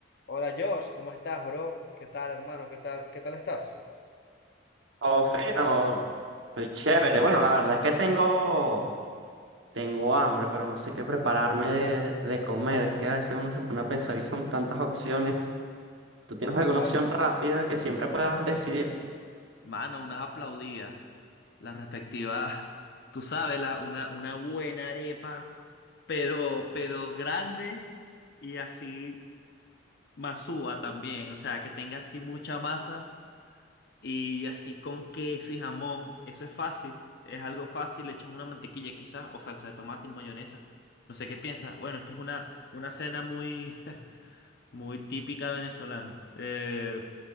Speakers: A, on the left; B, on the right.
A: Hola Josh, ¿cómo estás, bro? ¿Qué tal, hermano? ¿Qué tal? ¿Qué tal estás?
B: Oh, fino. Estoy chévere. Bueno, la verdad es que tengo, tengo hambre, pero no sé qué prepararme de, de comer. Es que a veces uno se pone a pensar y son tantas opciones. ¿Tú tienes alguna
A: No.
B: opción rápida que siempre puedas decidirte?
A: Mano, unas aplaudidas. La respectiva, <laughs> tú sabes, la, una, una buena arepa, pero, pero grande y así masúa también. O sea, que tenga así mucha masa y así con queso y jamón. Eso es fácil, es algo fácil. Le echas una mantequilla quizás o salsa de tomate y mayonesa. No sé qué piensas. Bueno, esto es una, una cena muy, <laughs> Muy típica venezolana. Eh,